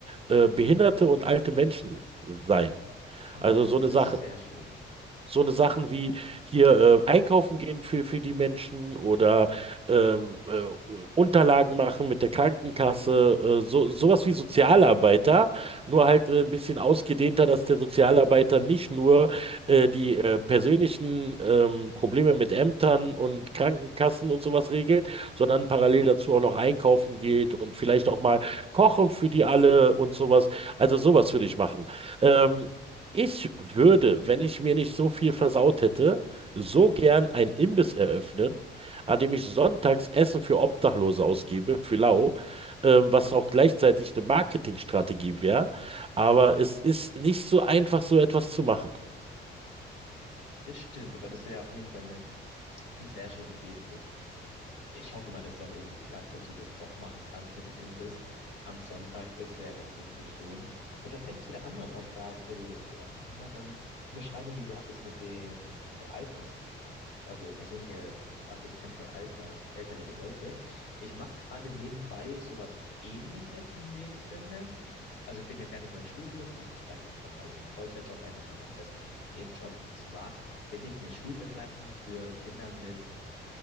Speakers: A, on the right; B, on the left.
A: äh, Behinderte und alte Menschen sein.
B: Ah,
A: Also so
B: das
A: eine
B: ist
A: Sache,
B: sehr schön.
A: so eine Sachen wie hier äh, einkaufen gehen für, für die Menschen oder ähm, äh, Unterlagen machen mit der Krankenkasse, äh, so, sowas wie Sozialarbeiter, nur halt äh, ein bisschen ausgedehnter, dass der Sozialarbeiter nicht nur äh, die äh, persönlichen ähm, Probleme mit Ämtern und Krankenkassen und sowas regelt, sondern parallel dazu auch noch einkaufen geht und vielleicht auch mal kochen für die alle und sowas. Also sowas würde ich machen. Ähm, ich würde, wenn ich mir nicht so viel versaut hätte, so gern einen Imbiss eröffnen, an dem ich sonntags Essen für Obdachlose ausgebe, für lau, ähm, was auch gleichzeitig eine Marketingstrategie wäre. Aber es ist nicht so einfach, so etwas zu machen.
B: Das stimmt, aber das wäre auf jeden Fall eine sehr schöne Gestik. Ich hoffe mal, dass es auch irgendwie klappt, dass du das doch machen kannst mit dem Imbiss am Sonntag. Das wäre doch richtig schön. Und tatsächlich zu der anderen Aufgabe, also zu der anderen Beschreibung, die du hattest mit den, mit der Alters. also persönliche Assistent für alter, elterliche Leute. Ich mache gerade nebenbei sowas Ähnliches in dem Sinne. Also ich bin ja fertig mit meinem Studium und steige jetzt dann bald in einen Vollzeitjob ein, aber währenddessen mache ich gerade einen Nebenjob. Und zwar bin ich eine Schulbegleitung für Kinder mit,